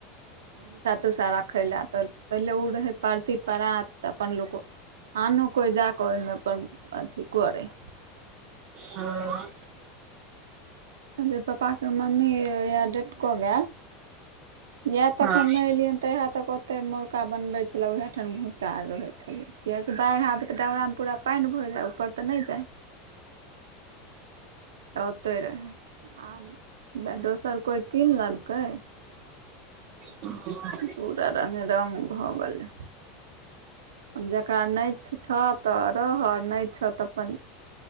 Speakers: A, on the right; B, on the right.
A: भुसा तुसा राखैय लैऽ तऽ। पहिले ओ रहैय परती परात तऽ अपन लोक आनो कोइ जा कऽ ओहिमे अपन अथी करैय।
B: ह।
A: जे पापा के मम्मी या डेट कऽ गेल। इह तक
B: हँ
A: हम नै एलियैन तहिया ओत ओते मोड़का बनबे छलैय उहे ठाम भूसा आर रहे छलेय कियकि बाढ़ि आबे त डबरामे पुरा पानि भरि जाइ ऊपर तऽ नहि जाइ। ओतैय रहैय आब दोसर कोइ कीन लेलकै।
B: ओ।
A: पूरा रंगे रंग भऽ गेलैय। आब जकरा नै छह तऽ रहह नै छह तऽ अपन